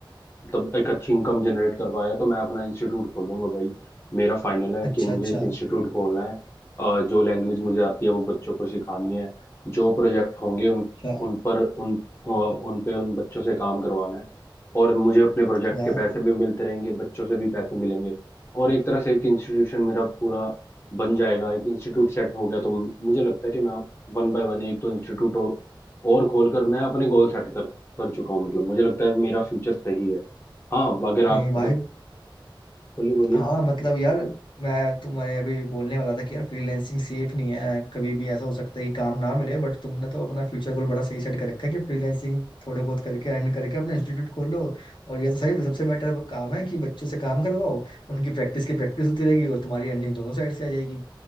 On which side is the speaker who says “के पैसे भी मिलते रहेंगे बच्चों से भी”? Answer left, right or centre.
Left